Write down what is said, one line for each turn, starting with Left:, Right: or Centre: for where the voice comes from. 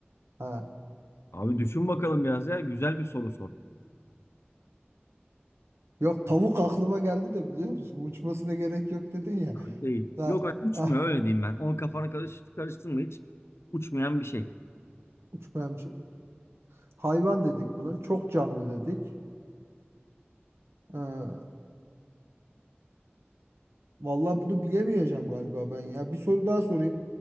Right: Ha.
Left: Abi düşün bakalım biraz ya. Güzel bir soru sor.
Right: Yok tavuk aklıma geldi de biliyor musun? Uçmasına gerek yok dedin ya.
Left: Ah, Değil.
Right: Da,
Left: Yok abi uçmuyor
Right: ah,
Left: öyle diyeyim ben. Onun kafana karış, karıştırma hiç. Uçmayan bir şey.
Right: uçmayan bir şey. Hayvan dedik buna. Çok canlı dedik. Ee, vallahi bunu bilemeyeceğim galiba ben ya. Bir soru daha sorayım.